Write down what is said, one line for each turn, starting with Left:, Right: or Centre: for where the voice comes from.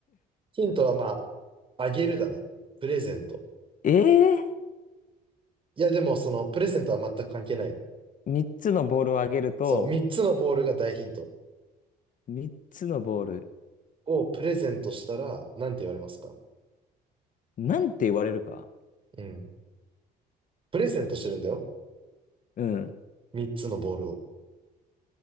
Right: ヒントはまあ、あげるだね。プレゼント。
Left: ええ
Right: いや、でもその、プレゼントは全く関係ないよ。
Left: ー、3つのボールをあげると、
Right: そう、3つのボールが大ヒント。
Left: 3つのボール、
Right: をプレゼントしたら、なんて言われますか
Left: なんて言われるか。
Right: うん。プレゼントしてるんだよ。
Left: うん。
Right: 3つのボールを。